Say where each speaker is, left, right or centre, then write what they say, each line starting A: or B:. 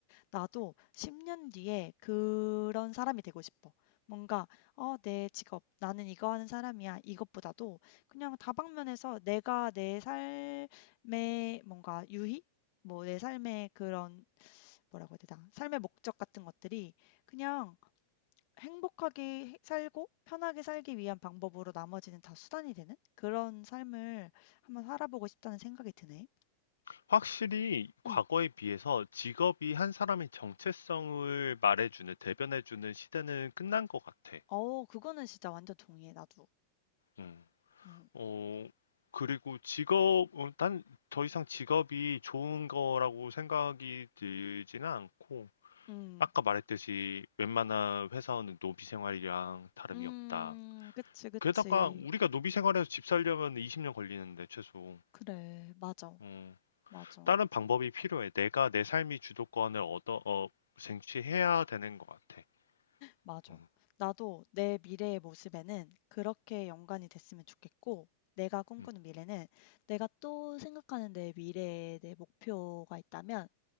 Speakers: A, on the left; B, on the left.
A: 나도 10년 뒤에 그런 사람이 되고 싶어. 뭔가, 어, 내 직업, 나는 이거 하는 사람이야. 이것보다도 그냥 다방면에서 내가 내 삶의 뭔가 유희? 뭐 내 삶의 그런, 뭐라고 해야 되나? 삶의 목적 같은 것들이 그냥 행복하게 해- 살고 편하게 살기 위한 방법으로 나머지는 다 수단이 되는 그런 삶을 한번 살아보고 싶다는 생각이 드네.
B: 확실히 과거에
A: 응.
B: 비해서 직업이 한 사람의 정체성을 말해주는, 대변해주는 시대는 끝난 것 같아.
A: 어, 그거는 진짜 완전 동의해, 나도.
B: 음.
A: 어.
B: 어, 그리고 직업, 어, 난더 이상 직업이 좋은 거라고 생각이 들지는 않고,
A: 음.
B: 아까 말했듯이 웬만한 회사원은 노비 생활이랑 다름이
A: 음,
B: 없다.
A: 그치, 그치.
B: 게다가 우리가 노비 생활에서 집 살려면 20년 걸리는데, 최소.
A: 그래, 맞아,
B: 음.
A: 맞아,
B: 다른 방법이 필요해. 내가 내 삶의 주도권을 얻어 어, 쟁취해야 되는 것 같아.
A: 맞아.
B: 음.
A: 나도 내 미래의 모습에는 그렇게 연관이 됐으면 좋겠고, 내가 꿈꾸는
B: 음,
A: 미래는 내가 또 생각하는 내 미래의 내 목표가 있다면,